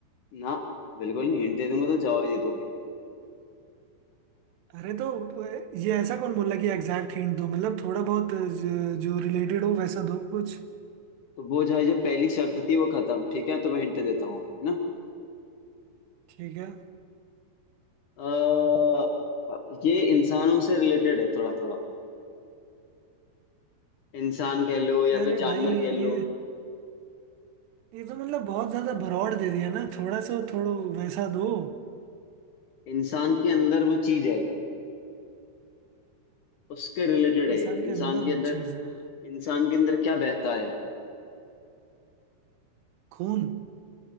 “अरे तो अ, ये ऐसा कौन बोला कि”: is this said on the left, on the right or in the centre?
Right